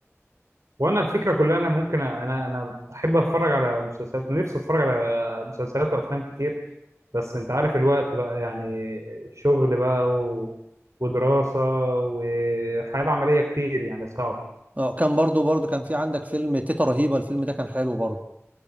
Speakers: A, on the right (about 75°); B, on the right (about 30°).
A: وانا الفكره كلها انا ممكن أ- انا انا احب اتفرج على مسلسلات نفسي اتفرج على مسلسلات وافلام كتير بس انت عارف الوقت بقى يعني شغل بقى و... ودراسه وحياه العمليه كتير يعني صعب
B: اه كان برضو برضو كان في عندك فيلم تيتا رهيبه الفيلم ده كان حلو برضو